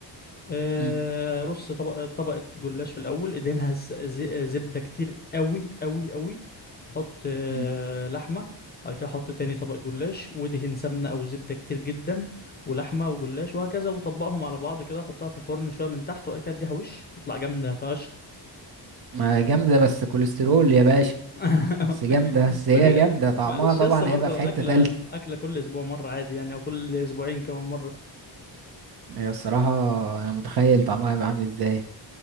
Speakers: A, on the left (about 20°); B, on the right (about 55°).
A: آه،
B: مم.
A: رص طبقة طبقة جلاش في الأول ادهنها ز- ز- زبدة كتير قوي قوي قوي حط آه،
B: مم.
A: لحمة بعد كده حط تاني طبق جلاش ودهن سمنة أو زبدة كتير جدا ولحمة وجلاش وهكذا وطبقهم على بعض كده وحطها في الفرن شوية من تحت وبعد كده اديها وش تطلع جامدة فشخ
B: ما جامدة بس كوليسترول يا باشا
A: <laughs>
B: بس جامدة بس
A: ما
B: هي
A: دي
B: جامدة طعمها
A: معلش
B: طبعا
A: يا اسطى برضه
B: هيبقى في حتة
A: أكلة
B: تالتة
A: أكلة كل أسبوع مرة عادي يعني أو كل أسبوعين كمان مرة
B: هي الصراحة أنا متخيل طعمها هيبقى عامل ازاي